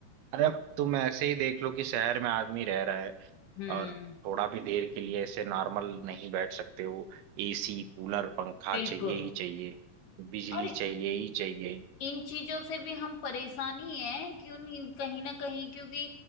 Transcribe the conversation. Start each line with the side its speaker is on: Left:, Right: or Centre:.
Right: अरे अब तुम ऐसे ही देख लो कि शहर में आदमी रह रहा है
Left: हम्म
Right: और थोड़ा भी देर के लिए ऐसे नॉर्मल नहीं बैठ सकते हो एसी कूलर पंखा
Left: बिल्कुल
Right: चाहिए ही चाहिए बिजली
Left: और
Right: चाहिए ही चाहिए
Left: इन चीजों से भी हम परेशान ही हैं क्यों नहीं कहीं ना कहीं क्योंकि